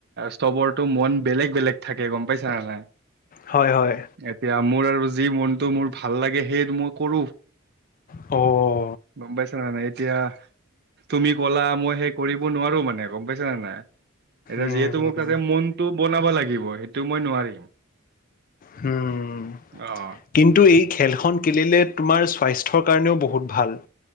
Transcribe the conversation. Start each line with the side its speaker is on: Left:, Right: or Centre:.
Right: ছবৰতো মন বেলেগ বেলেগ থাকে গম পাইছা নে নাই?
Left: হয় হয়।
Right: এতিয়া মোৰ আৰু যি মনটো মোৰ ভাল লাগে সেই মই কৰো।
Left: অঁ।
Right: গম পাইছানাই এতিয়া তুমি কলা মই সেই কৰিব নোৱাৰো মানে গম পাইছা নে নাই। এতিয়া
Left: উম।
Right: যিহেতু মোক তাতে মনটো বনাব লাগিব, সেইটো মই নোৱাৰিম।
Left: হুম।
Right: অ'
Left: কিন্তু এই খেল খন খেলিলে তোমাৰ স্বাস্থ্যৰ কাৰণেও বহুত ভাল।